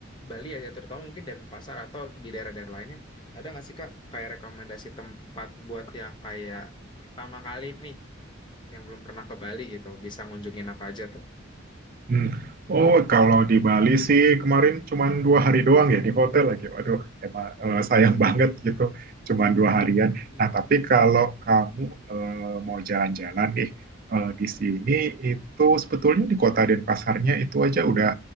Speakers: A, on the left (about 25°); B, on the right (about 45°).
A: Bali ya terutama mungkin pasar atau di daerah-daerah lainnya ada nggak sih kak kayak rekomendasi tempat buat yang kayak pertama kali nih yang belum pernah ke Bali gitu bisa ngunjungin apa aja tuh
B: Hmm. Oh, kalau di Bali sih kemarin cuman dua hari doang ya di hotel lagi. Waduh, emang eh, sayang banget gitu, cuman dua harian.
A: Iya.
B: Nah, tapi kalau kamu eh, mau jalan-jalan nih eh, di sini itu sebetulnya di kota Denpasarnya itu aja udah